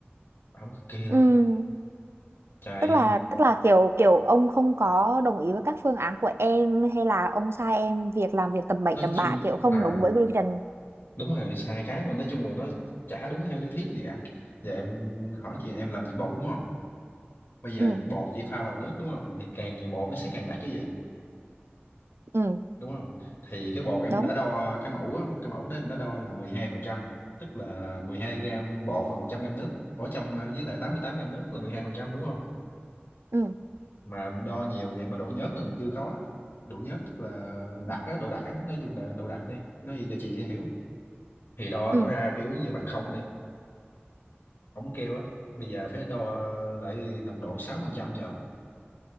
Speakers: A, on the left; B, on the right.
A: quạo cực kỳ luôn.
B: Ừm,
A: Trời,
B: tức là tức là kiểu kiểu ông không có đồng ý với các phương án của em hay là ông sai em việc làm việc tầm bậy
A: nói
B: tầm
A: chung
B: bạ kiểu không
A: ờ
B: đúng với quy trình.
A: đúng rồi sai cái mà nói chung là nó chả đúng theo lý thuyết gì cả. Giờ em hỏi chị em làm bột đúng không? Bây giờ
B: Ừ,
A: bột chị pha vào nước đúng không? Thì càng nhiều bột nó sẽ càng đặc cái gì?
B: ừ,
A: đúng không thì cái bột em
B: đúng.
A: đã đo cái mẫu á, một cái mẫu đó em đã đo là 12 phần trăm tức là 12 gram bột và 100 gram nước ở trong à, với lại 88 gram nước là 12 phần trăm đúng không
B: Ừ,
A: mà đo nhiều vậy mà độ nhớt nó còn chưa có độ nhớt tức là đặc á độ đặc á nói chung là độ đặc đi nói gì cho chị dễ hiểu thì đo
B: ừ,
A: nó ra kiểu như bằng không đi ổng kêu á bây giờ phải đo lại nồng độ 6 phần trăm cho ổng